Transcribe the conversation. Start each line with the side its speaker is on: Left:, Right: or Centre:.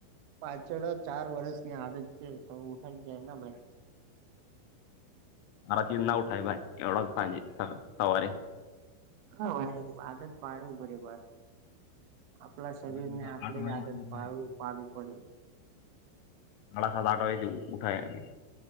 Right: પાછળ ચાર વર્ષની આદત છે તો ઉઠાઈ જાય ને ભાઈ.
Left: મારાતી ના ઉઠાય ભાઈ એવો સાંજે સવારે.
Right: હ એ આદત પાડ ઉભરે. આપણા શરીર
Left: મારા
Right: ને આપણે
Left: આઠ વાગે
Right: જ આદત
Left: શું
Right: ભ
Left: થાય
Right: પાડવું પડે.
Left: સાડા સાડા આઠ વાજથી ઉઠાય એને.